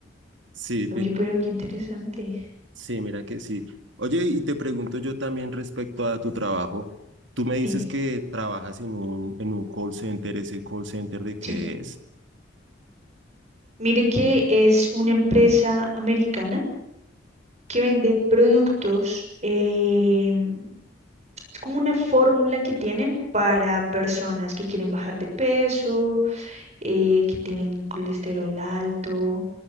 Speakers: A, on the right (about 80°); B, on the right (about 40°).
A: Sí, ti-
B: Oye, pero qué interesante.
A: sí, mira que sí. Oye, y te pregunto yo también respecto a tu trabajo. Tú me dices
B: Dime,
A: que trabajas en un, en un call center, ¿ese call center de qué
B: sí.
A: es?
B: Mire que es una empresa americana que vende productos, em, es como una fórmula que tienen para personas que quieren bajar de peso eh, que tienen colesterol alto,